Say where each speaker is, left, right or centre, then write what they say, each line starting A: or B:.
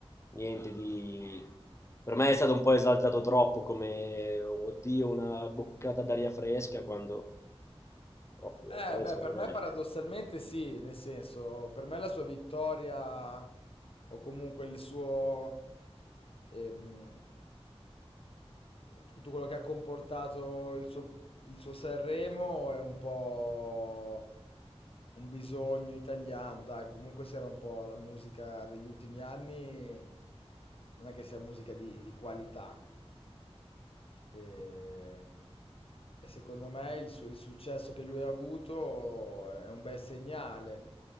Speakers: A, on the left; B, on the left.
A: niente di... Per me è stato un po' esaltato troppo come, oddio, una boccata d'aria fresca quando proprio
B: Eh,
A: fresca
B: beh, per
A: non
B: me paradossalmente
A: è.
B: sì, nel senso, per me la sua vittoria o comunque il suo... ehm, tutto quello che ha comportato il suo, il suo Sanremo è un po' un bisogno italiano, dai, comunque se era un po' la musica degli ultimi anni, non è che sia musica di, di qualità, e, e secondo me il, su- il successo che lui ha avuto è un bel segnale